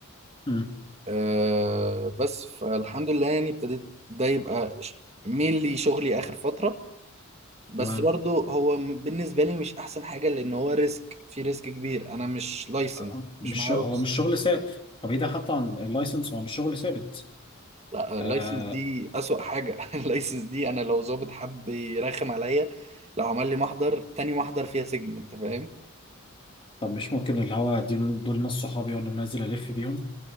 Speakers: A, on the left; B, on the right.
A: مم.
B: آه، بس فالحمد لله يعني ابتديت ده يبقى مينلي شغلي آخر فترة بس
A: تمام
B: برضو هو م- بالنسبة لي مش أحسن حاجة لأن هو ريسك في ريسك كبير أنا مش لايسنس
A: آه، مش
B: مش معايا
A: هو
B: رخص
A: مش شغل ثابت طب ايه ده حتى عن اللايسنس هو مش شغل ثابت
B: لا اللايسنس
A: آه،
B: دي أسوأ حاجة <laughs> اللايسنس دي أنا لو ظابط حب يرخم عليا لو عمل لي محضر تاني محضر فيها سجن أنت فاهم
A: طب مش ممكن اللي هو دول دول ناس صحابي وانا نازل الف بيهم